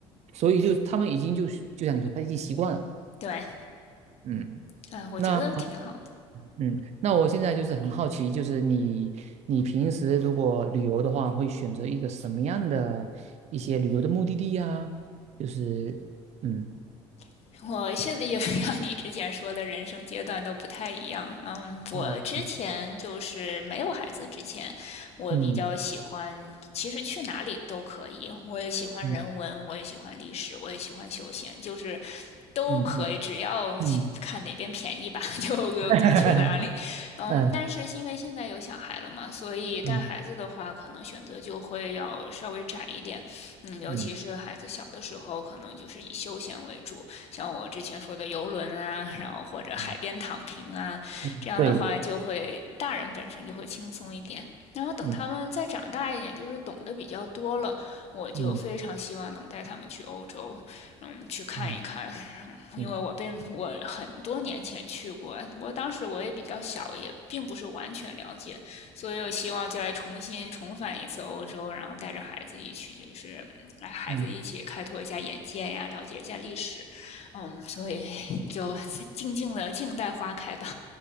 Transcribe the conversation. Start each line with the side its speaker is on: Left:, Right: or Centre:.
Right: 所以就他们已经就就像你说，他已经习惯了。
Left: 对，
Right: 嗯，
Left: 哎，我觉得挺好
Right: 那嗯，那我现在就是很好奇，就是你你平时如果旅游的话，会选择一个什么样的一些旅游的目的地呀？就是嗯
Left: <laughs> 我现在也是像你之前说的，人生阶段都不太一样。嗯，我之前就是没有孩子之前，
Right: 嗯
Left: 我比较喜欢，
Right: 嗯
Left: 其实去哪里都可以。我也喜欢人文，
Right: 嗯
Left: 我也喜欢历史，我也喜欢休闲，就是都可以，
Right: 嗯嗯
Left: 只要看哪边便宜吧，
Right: 嗯，
Left: <laughs> 就就去哪里。
Right: <laughs>
Left: 嗯，
Right: 嗯
Left: 但是因为现在有小孩了嘛，所以带孩子的话，
Right: 嗯
Left: 可能选择就会要稍微窄一点。嗯，尤其是孩子小的时候，
Right: 嗯
Left: 可能就是以休闲为主，像我之前说的游轮啊，然后或者海边躺平啊，
Right: 嗯嗯，
Left: 这样的话就会大人本身就会轻松一点。
Right: 对，
Left: 然后等他们再长大一点，
Right: 嗯
Left: 就是懂得比较多了，我就非常希望能带他们去欧洲，
Right: 嗯嗯
Left: 嗯，去看一看，
Right: 嗯
Left: 因为我被我很多年前去过，
Right: 嗯
Left: 我当时我也比较小，也并不是完全了解，所以我希望就来重新重返一次欧洲，然后带着孩子一起，就是来孩子一起开拓一下眼界呀，
Right: 嗯
Left: 了解一下历史，嗯，所以就静静的静待花开吧。